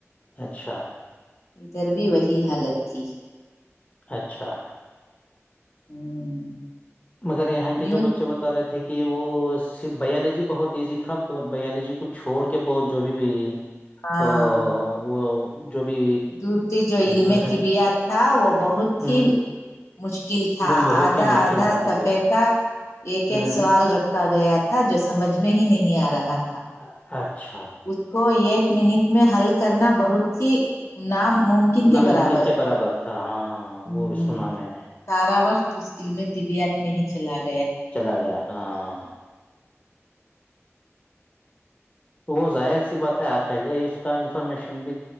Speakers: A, on the left; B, on the left.
A: اچھا
B: ادھر بھی وہی حالت تھی
A: اچھا
B: ہوں
A: مگر یہاں کے
B: نیوز
A: جو بچے بتا رہے تھے تھے کہ وہ بیالوجی بہت ایزی تھا بیالوجی کو چھوڑ کے ب جو بھی بھی
B: ہاں
A: ا وہ جو بھی
B: دوسری جو علم
A: دوسرے
B: طبیات تھا وہ بہت
A: ہ
B: ہی مشکل تھا
A: وہ بہت
B: آدھا
A: ہی مشکل
B: آدھا
A: تھا طبیہ
B: سف کا ایک
A: ہوں
B: ایک سوال رکھ گیا تھا جو سمجھ میں ہی نہیں آ رہا تھا
A: اچھ اچھا
B: اس کو ایک منٹ میں حل کرنا بہت ہی ن ممکن کے
A: ناممکن
B: برابر
A: کے تھا ہاں
B: ہ
A: وہ بھی سنا میں نے
B: سارا وقت اس علم طبییات میں ہی چلا گ
A: چلا گیا ہاں وہ ظاہر سی بات ہے آپ پہلے ہی اس کا انفارمیشن بھی